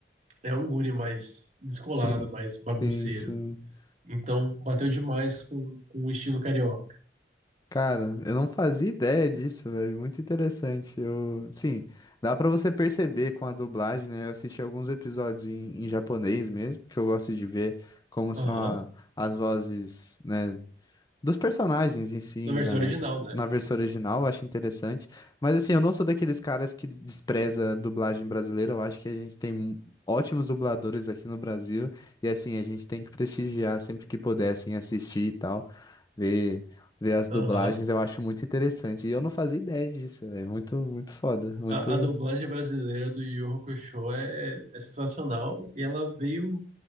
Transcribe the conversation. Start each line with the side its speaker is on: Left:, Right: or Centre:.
Right: é um guri mais descolado,
Left: sim,
Right: mais bagunceiro.
Left: sim, sim.
Right: Então bateu demais com, com o estilo carioca.
Left: Cara, eu não fazia ideia disso, velho. Muito interessante. Eu, sim, dá pra você perceber com a dublagem, né? Eu assisti alguns episódios em, em japonês mesmo, porque eu gosto de ver como
Right: Aham.
Left: são a- as vozes, né? dos personagens em si
Right: Da versão
Left: na,
Right: original, né?
Left: na versão original, eu acho interessante. Mas assim, eu não sou daqueles caras que despreza a dublagem brasileira, eu acho que a gente tem mu- ótimos dubladores aqui no Brasil e assim, a gente tem que prestigiar sempre que puder, assim, assistir e tal, ver, ver as
Right: Aham.
Left: dublagens, eu acho muito interessante. E eu não fazia ideia disso, é muito, muito foda, muito,
Right: A, a dublagem brasileira do Yu Yu Hakusho é, é sensacional e ela veio,